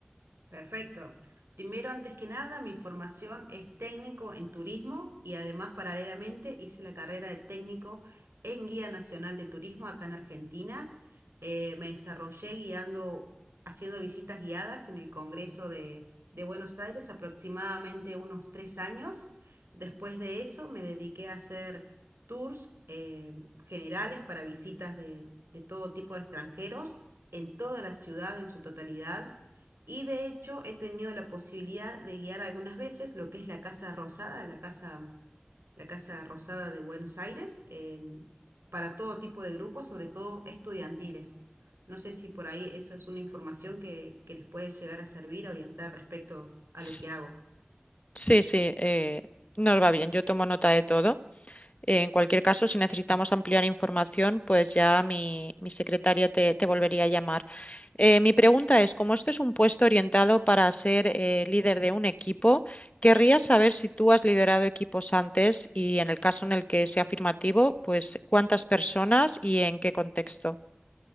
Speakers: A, on the right (about 85°); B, on the left (about 35°).
A: Perfecto. Primero, antes que nada, mi formación es técnico en turismo y además paralelamente hice la carrera de técnico en Guía Nacional de Turismo acá en Argentina. Eh, me desarrollé guiando, haciendo visitas guiadas en el Congreso de, de Buenos Aires aproximadamente unos tres años. Después de eso me dediqué a hacer tours eh, generales para visitas de de todo tipo de extranjeros en toda la ciudad en su totalidad y de hecho he tenido la posibilidad de guiar algunas veces lo que es la Casa Rosada, la Casa, la Casa Rosada de Buenos Aires, em, para todo tipo de grupos, sobre todo estudiantiles. No sé si por ahí eso es una información que, que les puede llegar a servir, a orientar respecto a
B: S-
A: lo que hago.
B: Sí, sí, eh, nos va bien, yo tomo nota de todo. Eh, en cualquier caso, si necesitamos ampliar información, pues ya mi, mi secretaria te, te volvería a llamar. Eh, mi pregunta es, como esto es un puesto orientado para ser eh, líder de un equipo, querría saber si tú has liderado equipos antes y en el caso en el que sea afirmativo, pues cuántas personas y en qué contexto.